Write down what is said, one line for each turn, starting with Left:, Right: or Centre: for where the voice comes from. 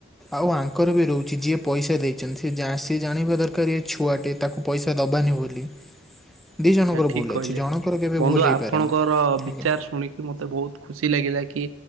Centre: ଆଉ ଆଙ୍କର ବି ରହୁଚି। ଯିଏ ପଇସା ଦେଇଛନ୍ତି, ସିଏ ଜାଣିବା ଦରକାର ଇଏ ଛୁଆଟି। ତାକୁ ପଇସା ଦବାନି ବୋଲି। ଦି
Right: ଆଜ୍ଞା
Centre: ଜଣଙ୍କର
Right: ଠିକ୍
Centre: ଭୁଲ
Right: କହିଲେ।
Centre: ଅଛି ଜଣଙ୍କର କେବେ
Right: ବନ୍ଧୁ
Centre: ଭୁଲ
Right: ଆପଣଙ୍କର
Centre: ହେଇପାରେନା।
Right: ବିଚାର
Centre: ଆଜ୍ଞା
Right: ଶୁଣି ମତେ ବହୁତ ଖୁସି ଲାଗିଲା କି